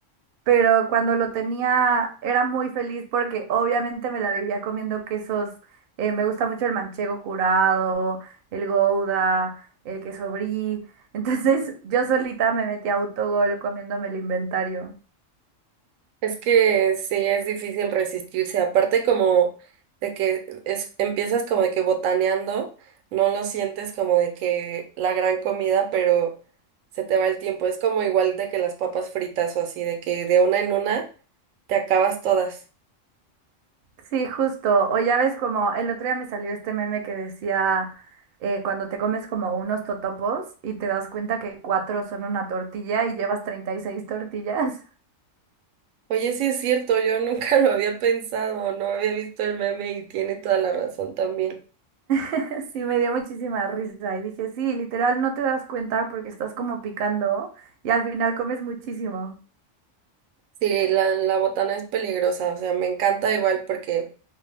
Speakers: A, on the right; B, on the right.
A: pero cuando lo tenía era muy feliz porque obviamente me la vivía comiendo quesos. eh, me gusta mucho el manchego curado, el gouda, el queso brie. Entonces <laughs> yo solita me metí a autogol comiéndome el inventario.
B: Es que sí es difícil resistirse. Aparte como de que es, empiezas como de que botaneando, no lo sientes como de que la gran comida, pero se te va el tiempo. Es como igual de que las papas fritas o así, de que de una en una te acabas todas.
A: Sí, justo. O ya ves como el otro día me salió este meme que decía eh, cuando te comes como unos totopos y te das cuenta que cuatro son una tortilla y llevas 36 tortillas.
B: Oye, sí es cierto, yo nunca <laughs> lo había pensado, no había visto el meme y tiene toda la razón también.
A: <laughs> Sí, me dio muchísima risa y dije, sí, literal, no te das cuenta porque estás como picando y al final comes muchísimo.
B: Sí, la, la botana es peligrosa, o sea, me encanta igual porque